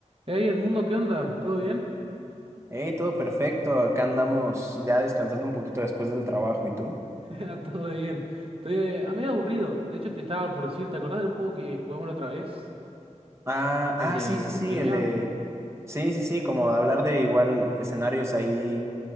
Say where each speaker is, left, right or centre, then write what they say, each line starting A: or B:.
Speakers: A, on the right (about 45°); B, on the right (about 20°).
A: Hey Edmundo, ¿qué onda? ¿Todo bien?
B: Hey, todo perfecto. Acá andamos ya descansando un poquito después del trabajo. ¿Y tú?
A: <laughs> Ah, Todo bien. Estoy eh, a medio aburrido. De hecho, te estaba por decir, ¿te acordás del juego que jugamos la otra vez?
B: Ah,
A: ¿El
B: ah,
A: de,
B: sí, sí,
A: de
B: sí,
A: trivia?
B: el de... Sí, sí, sí, como de hablar de igual escenarios ahí,